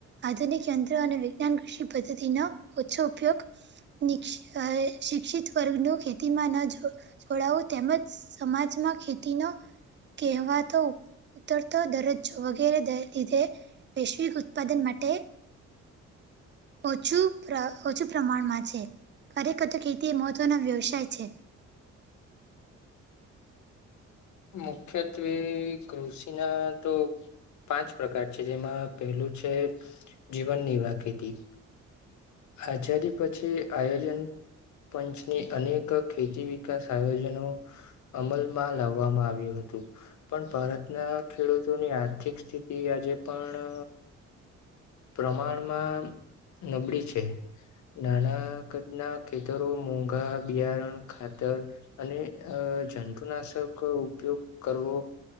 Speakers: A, on the right (about 40°); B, on the left (about 70°).
A: આધુનિક યંત્ર અને વિજ્ઞાન કૃષિ પદ્ધતિનો ઓછો ઉપયોગ નિક્ષી અહ શિક્ષિત વર્ગનું ખેતીમાં ન જો જોડાવો તેમજ સમાજમાં ખેતી નો કહેવાતો ઉતરતો દરજ્જો વગેરે દે લીધે વૈશ્વિક ઉત્પાદન માટે ઓછું પ્ર ઓછું પ્રમાણમાં છે. ખરેખર તો ખેતી એ મહત્વનો વ્યવસાય છે.
B: મુખ્યત્વે કૃષિના તો પાંચ પ્રકાર છે, જેમાં પહેલું છે જીવન નિવાહ ખેતી આજાદી પછી આયોજન પંચની અનેક ખેતી વિકાસ આયોજનો અમલમાં લાવવામાં આવ્યું હતું. પણ ભારતના ખેડૂતોની આર્થિક સ્થિતિ આજે પણ પ્રમાણમાં નબળી છ એ. નાના કદ ના ખેતરો મોંઘા બિયારણ ખાતર અને અહ જંતુનાશક ઉપયોગ કરવો